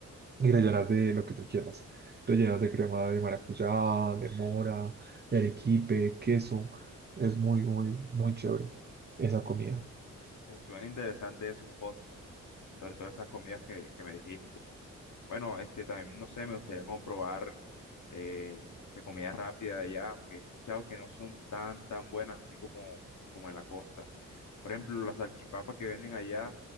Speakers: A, on the right (about 30°); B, on the left (about 60°).
A: y rellenas de lo que tú quieras. Rellenas de crema de maracuyá, de mora, de arequipe, queso. Es muy, muy, muy chévere esa
B: Uf,
A: comida.
B: se suena interesante esos postres, sobre todo esas comidas que, que me dijiste. Bueno, este también, no sé, me gustaría comprobar, eh, no sé, comida rápida allá, aunque he escuchado que no son tan, tan buenas así como, como en la costa. Por ejemplo, las salchipapas que venden allá,